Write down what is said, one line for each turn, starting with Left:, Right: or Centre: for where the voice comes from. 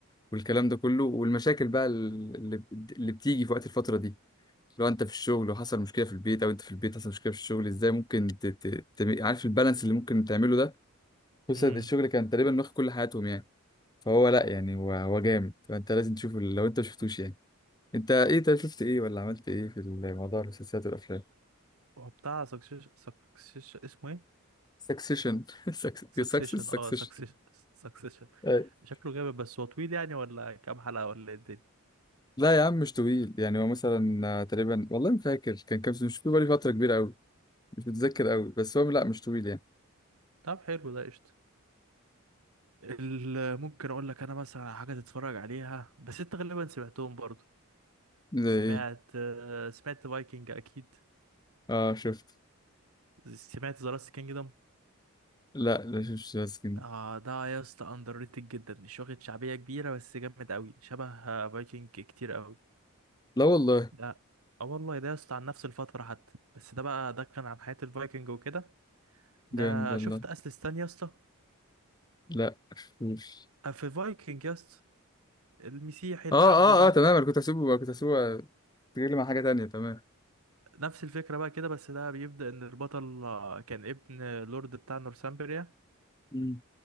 Left: والكلام ده كله والمشاكل بقى ال- اللي اللي بتيجي في وقت الفترة دي لو انت في الشغل وحصل مشكلة في البيت او انت في البيت حصل مشكلة في الشغل ازاي ممكن ت... ت... ت... عارف البالانس اللي ممكن تعمله ده خصوصا
Right: امم
Left: إن الشغل كان تقريبا واخد كل حياتهم يعني فهو لا يعني هو هو جامد فانت لازم تشوفه لو انت مشفتوش يعني انت ايه طيب شفت ايه ولا عملت ايه في الموضوع المسلسلات والافلام
Right: هو بتاع سكسيش سكسيش اسمه ايه
Left: سكسيشن
Right: سكسيشن
Left: سكسيشن
Right: اه سكسيشن سكسيشن
Left: <laughs>
Right: شكله جامد بس هو طويل يعني ولا كام حلقة ولا ايه الدنيا
Left: لا يا عم مش طويل يعني هو مثلا آه، تقريبا والله ما فاكر كان كام سنة مش فاكر بقالي فترة كبيرة قوي مش متذكر قوي بس هو لا مش طويل يعني
Right: طب حلو ده قشطة ال- ممكن اقول لك انا مثلا على حاجة تتفرج عليها بس انت غالبا سمعتهم برضو
Left: زي
Right: سمعت
Left: ايه
Right: آه، سمعت فايكنج اكيد
Left: اه شفت
Right: سمعت ذا لاست كينجدم
Left: لا لا شفتش لاسكين
Right: اه ده يا اسطى اندر ريتد جدا مش واخد شعبية كبيرة بس جامد قوي شبه فايكنج كتير قوي
Left: لا والله
Right: ده اه والله ده يا اسطى عن نفس الفترة حتى بس ده بقى ده كان عن حياة الفايكنج وكده ده
Left: جامد والله
Right: شفت اسل ستان يا اسطى
Left: لا شفتوش
Right: آه، في فايكنج يس المسيحي العبد
Left: اه اه
Right: ده
Left: اه تمام انا كنت هسيبه كنت هسيبه آه، تجيلي مع حاجة تانية تمام
Right: نفس الفكرة بقى كده بس ده بيبدأ إن البطل آه، كان ابن لورد بتاع نورثامبريا
Left: مم.